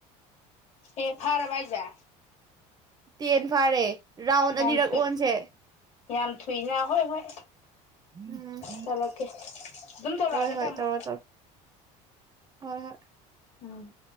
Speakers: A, on the left (about 45°); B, on the right (about 25°).
A: ꯍꯦ ꯐꯥꯔꯕ ꯍꯥꯏꯖꯦ
B: ꯇꯦꯟ ꯐꯥꯔꯦ ꯔꯥꯎꯟ
A: ꯌꯥꯝ
B: ꯑꯅꯤꯔꯛ
A: ꯊꯨꯏ
B: ꯑꯣꯟꯁꯦ
A: ꯌꯥꯝ ꯊꯨꯏꯅ ꯍꯣꯏ ꯍꯣꯏ
B: ꯎꯝ
A: ꯇꯧꯔꯛꯀꯦ ꯑꯗꯨꯝ ꯇꯧꯔꯛꯑꯒꯦ
B: ꯍꯣꯏ ꯍꯣꯏ
A: ꯊꯝꯃꯨꯣ
B: ꯇꯧꯔꯣ ꯇꯧꯔꯣ ꯍꯣꯏ ꯍꯣꯏ
A: ꯎꯝ